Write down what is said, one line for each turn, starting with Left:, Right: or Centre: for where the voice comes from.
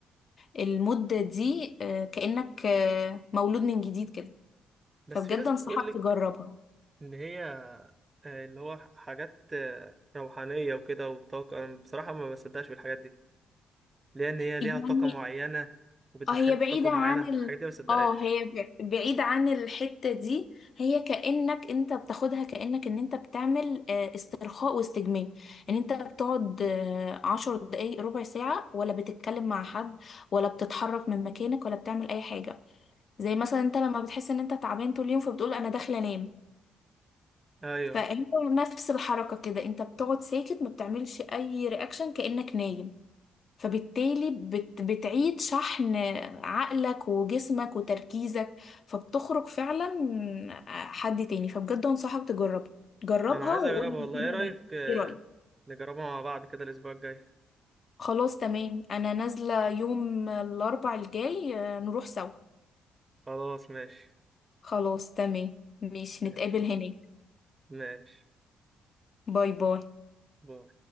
Left: المدة دي آه، كأنك آه، مولود من جديد كده
Right: بس
Left: فبجد
Right: في ناس
Left: أنصحك
Right: بتقولك
Left: تجربها
Right: ان هي آه، اللي هو حاجات آه، روحانية وكده والطاقة أنا بصراحة ما بصدقش بالحاجات دي لأن هي
Left: يعني
Right: ليها طاقة معينة وبتدخلك
Left: اه هي بعيدة
Right: في طاقة معينة
Left: عن ال
Right: الحاجات دي ما بصدقهاش
Left: اه هي ب- بعيدة عن الحتة دي هي كأنك انت بتاخدها كأنك ان انت بتعمل آه، استرخاء واستجمام ان انت بتقعد آه، عشر دقايق ربع ساعة ولا بتتكلم مع حد ولا بتتحرك من مكانك ولا بتعمل اي حاجة زي مثلا انت لما بتحس ان انت تعبان طول اليوم فبتقول انا داخلة انام
Right: أيوه
Left: فهي نفس الحركة كده انت بتقعد ساكت ما بتعملش اي رياكشن كأنك نايم فبالتالي بت بتعيد شحن عقلك وجسمك وتركيزك فبتخرج فعلا حد تاني فبجد انصحك تجربها جربها
Right: أنا عايز
Left: وقولي
Right: أجربها والله
Left: كده
Right: إيه رأيك آه،
Left: ايه رأيك
Right: نجربها مع بعض كده الأسبوع الجاي
Left: خلاص تمام انا نازلة يوم الاربع الجاي آه، نروح سوا
Right: خلاص ماشي
Left: خلاص تمام ماشي
Right: ماشي
Left: نتقابل هناك
Right: ماشي
Left: باي باي
Right: باي.